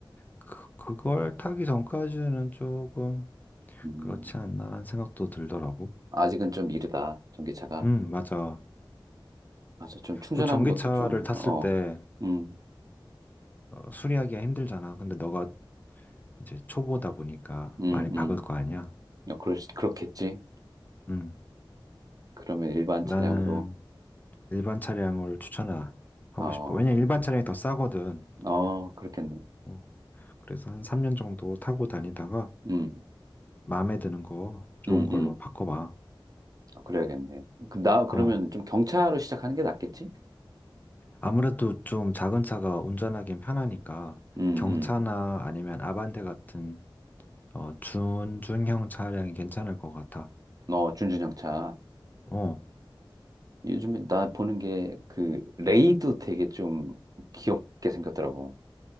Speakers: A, on the left; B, on the right.
A: 그, 그걸 타기 전까지는 조금
B: 음.
A: 그렇지 않나라는 생각도 들더라고.
B: 아직은 좀 이르다. 전기차가.
A: 음, 맞아.
B: 맞아. 좀 충전하는
A: 그 전기차를
B: 것도 좀
A: 탔을
B: 어.
A: 때
B: 음,
A: 수리하기가 힘들잖아. 근데 너가 이제 초보다 보니까
B: 음,
A: 많이 박을
B: 음.
A: 거 아니야.
B: 어, 그럴 수- 그렇겠지.
A: 음.
B: 그러면 일반
A: 나는
B: 차량으로
A: 일반 차량을 추천하고
B: 어,
A: 싶어. 왜냐면 일반 차량이 더 싸거든.
B: 어, 그렇겠네.
A: 어, 그래서 한 3년 정도 타고 다니다가
B: 음,
A: 마음에 드는 거 좋은
B: 음,
A: 걸로
B: 음.
A: 바꿔봐.
B: 어, 그래야겠네. 그, 나 그러면
A: 어.
B: 좀 경차로 시작하는 게 낫겠지?
A: 아무래도 좀 작은 차가 운전하기엔 편하니까
B: 음,
A: 경차나
B: 음.
A: 아니면 아반떼 같은 어, 준중형 차량이 괜찮을 것 같아.
B: 어, 준준형차.
A: 어.
B: 요즘에 나 보는 게 그 레이도 되게 좀 귀엽게 생겼더라고.